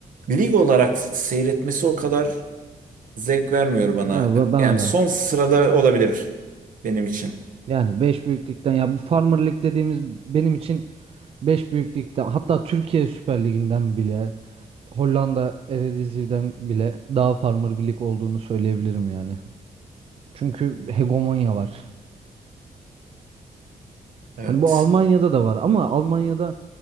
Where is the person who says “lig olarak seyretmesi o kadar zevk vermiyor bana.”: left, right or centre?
Right